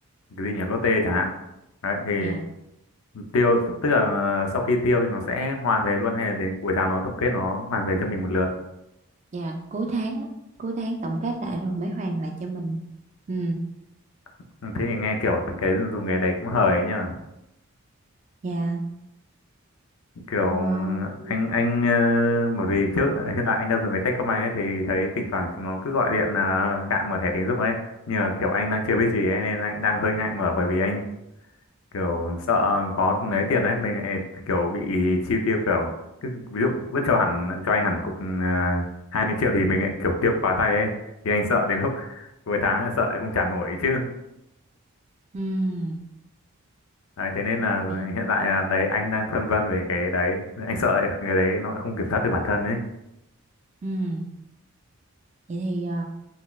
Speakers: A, on the left; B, on the right.
A: cái gì nhỉ Lotte chẳng hạn đấy thì
B: dạ
A: tiêu tức là ờ, sau khi tiêu thì nó sẽ hoàn về luôn hay là đến cuối tháng nó tổng kết nó hoàn về cho mình một lượt
B: Dạ cuối tháng á, cuối tháng tổng kết lại rồi mới hoàn lại cho mình. Ừ,
A: Ừ, thế thì nghe kiểu từng cái dùng nghề đấy cũng hời ấy nhở
B: dạ.
A: kiểu
B: Ờ, ừ,
A: anh anh ờ, bởi vì trước ờ, hiện tại anh đang dùng cái Techcombank ấy thì thấy thỉnh thoảng chúng nó cứ gọi điện là gạ mở thẻ tín dụng ấy nhưng mà kiểu anh đang chưa biết gì ấy, nên anh đang hơi ngại mở bởi vì anh kiểu sợ có lấy tiền ấy mình lại kiểu bị chi tiêu kiểu cứ ví dụ vứt cho hẳn cho anh hẳn cục uh, 20 triệu thì mình lại kiểu tiêu quá tay ấy thì anh sợ đến lúc cuối tháng lại sợ lại không trả nổi chứ
B: ừ,
A: đấy, thế nên là
B: vậy
A: hiện tại
B: ừ,
A: là đấy anh đang phân vân về cái đấy anh sợ lại cái đấy nó lại không kiểm soát được bản thân ấy
B: ừ. Vậy thì ờ,